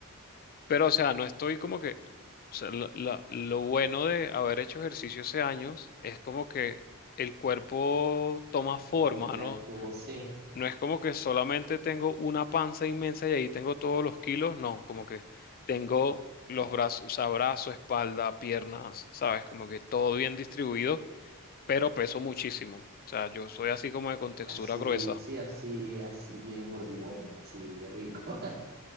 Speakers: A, on the left; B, on the right.
A: Pero, o sea, no estoy como que, o sea, la- la- lo bueno de haber hecho ejercicio hace años es como que el cuerpo toma forma,
B: el cuerpo ya
A: ¿no?
B: tuvo, sí,
A: No es como que solamente tengo una panza inmensa y ahí tengo todos los kilos, no, como que tengo los
B: as-
A: brazos, o sea, brazo, espalda, piernas, ¿sabes? Como que todo bien distribuido, pero peso muchísimo. O sea, yo soy así como de contextura
B: así,
A: gruesa.
B: sí, así, así bien gordibueno, así rico. <laughs>